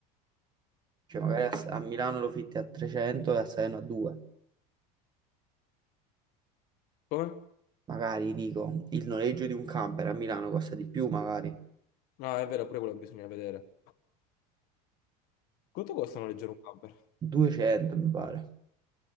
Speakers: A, on the right (about 20°); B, on the left (about 50°).
A: Cioè, magari
B: ok.
A: a, a Milano lo fitti a 300 e a Salerno a 2.
B: come?
A: Magari, dico, il noleggio di un camper a Milano costa di più, magari.
B: No, è vero, pure quello bisogna vedere. Quanto costano leggere un camper?
A: 200, mi pare,